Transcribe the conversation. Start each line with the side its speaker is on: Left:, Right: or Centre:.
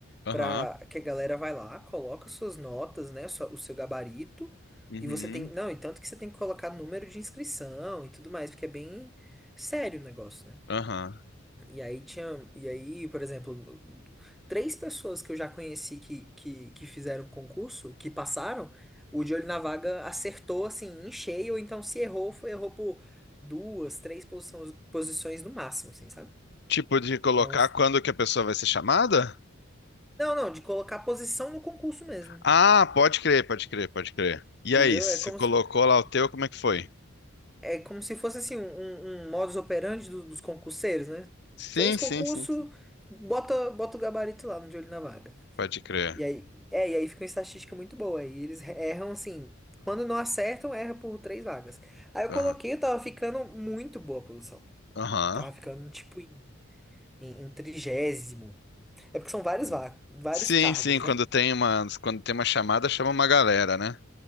Left: Aham.
Centre: Pra que a galera vai lá, coloca suas notas, né? sua- O seu gabarito.
Left: Uhum.
Centre: E você tem. Não, e tanto que você tem que colocar número de inscrição e tudo mais, porque é bem sério o negócio, né?
Left: Aham.
Centre: E aí tinha, e aí, por exemplo, no- três pessoas que eu já conheci que, que, que fizeram concurso, que passaram, o de olho na vaga acertou assim em cheio, ou então se errou, foi errou por duas, três posições, posições no máximo, assim, sabe?
Left: Tipo de colocar
Centre: É um
Left: quando que a pessoa vai ser chamada?
Centre: Não, não, de colocar posição no concurso mesmo.
Left: Ah, pode crer, pode crer, pode crer.
Centre: Entendeu?
Left: E aí, você
Centre: É como
Left: colocou
Centre: se,
Left: lá o teu, como é que foi?
Centre: é como se fosse assim um, um- um modus operandi do- dos concurseiros, né?
Left: Sim,
Centre: Fez concurso,
Left: sim, sim, sim.
Centre: bota bota o gabarito lá no de olho na vaga.
Left: Pode crer.
Centre: E aí, é, e aí fica uma estatística muito boa. E eles erram assim. Quando não acertam, erra por três vagas. Aí eu
Left: Aham.
Centre: coloquei, eu tava ficando muito boa a posição.
Left: Aham.
Centre: Tava ficando tipo em, em, em trigésimo. É porque são vários,
Left: Uhum.
Centre: va- vários
Left: Sim,
Centre: cargos,
Left: sim, quando
Centre: né?
Left: tem uma, quando tem uma chamada, chama uma galera, né?